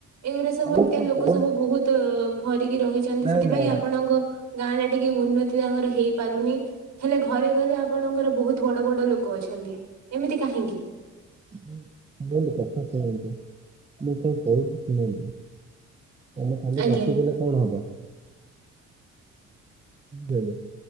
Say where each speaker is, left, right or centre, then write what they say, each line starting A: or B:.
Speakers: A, on the right; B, on the right.
A: ଏଇଗୁରା ସ ସବୁ
B: ମୁଁ
A: ଏମିତିଆ
B: କଣ
A: ଲୋକ
B: କହୁଛି
A: ସବୁ ବୋହୁତୁ ଭରିକି ରହିଚନ୍ତି
B: ନାଇଁ
A: ସେଥିପାଇଁ
B: ନାଇଁ
A: ଆପଣଙ୍କ ଗାଁରେ ଟିକେ ଉନ୍ନତି ତାଙ୍କର ହେଇପାରୁନି ହେଲେ ଘରେ ଘରେ ଆପଣଙ୍କର ବହୁତ ବଡ଼ ବଡ଼ ଲୋକ ଅଛ ହାନ୍ଦି ଏମିତି କାହିଁକି?
B: ମୋ ମୁଁ କହିଲି କଥା ଶୁଣନ୍ତୁ ଲୋକ କହୁଚି ଶୁଣନ୍ତୁ। ତମେ ଖାଲି
A: ଆଜ୍ଞା।
B: ଗପିଦେଲେ କଣ ହବ? ଦେଖ୍